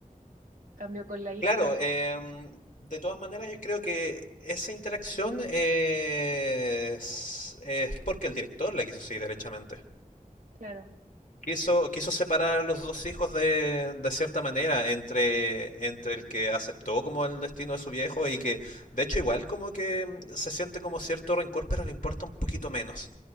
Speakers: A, on the right (about 75°); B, on the left (about 70°).
A: cambio con la hija,
B: Claro, em, de todas maneras yo creo que esa interacción es, es porque el director la quiso así, derechamente.
A: claro,
B: Quiso, quiso separar a los dos hijos de, de cierta manera entre, entre el que aceptó como el destino de su viejo y que de hecho igual como que mm, se siente como cierto rencor, pero le importa un poquito menos.